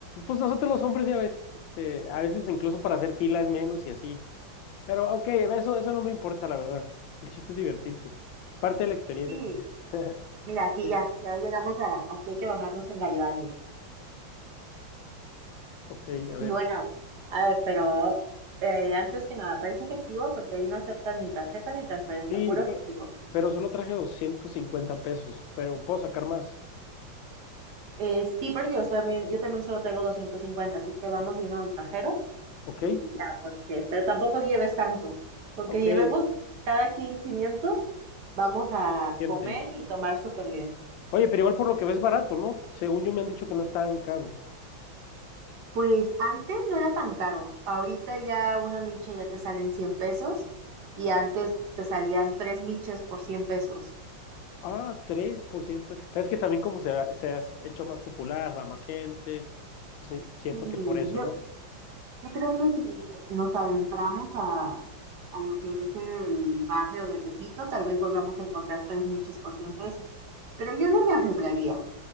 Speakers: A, on the left; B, on the right.
A: pues nosotros los hombres ya ves, este, a veces incluso para hacer fila es menos y así. Pero ok, eso, eso no me importa, la verdad. El chiste es divertirse. Es parte de la experiencia
B: Sí,
A: también. <laughs>
B: mira, aquí
A: Sí,
B: ya, ya llegamos a, aquí hay que bajarnos en Garibaldi.
A: ok, a
B: Y
A: ver.
B: bueno, a ver, pero eh, antes que nada, ¿traes efectivo? Porque ahí no aceptan ni tarjeta ni transferencia,
A: Sí,
B: puro efectivo.
A: pero, pero solo traje 250 pesos, pero puedo sacar más,
B: Eh, sí, porque yo también, yo también solo traigo 250, así que vamos de uno al cajero
A: ¿ok?
B: y ya, porque, pero tampoco lleves tanto. Con
A: Ok,
B: que llevemos cada quien 500, vamos a
A: gente.
B: comer y tomar súper bien.
A: Oye, pero igual por lo que ves barato, ¿no? Según yo me han dicho que no es tan caro.
B: Pues antes no era tan caro. Ahorita ya una micha ya te salen 100 pesos y antes te salían tres miches por 100 pesos.
A: Ah, 3%. Pero es que también como se ha, se ha hecho más popular, va más gente. Sí, siento
B: Sí,
A: que por eso,
B: yo,
A: ¿no?
B: Yo creo que si nos adentramos a, a lo que es el barrio de Tepito, tal vez volvamos a encontrar tres nichos por 100 pesos. Pero yo no me arriesgaría.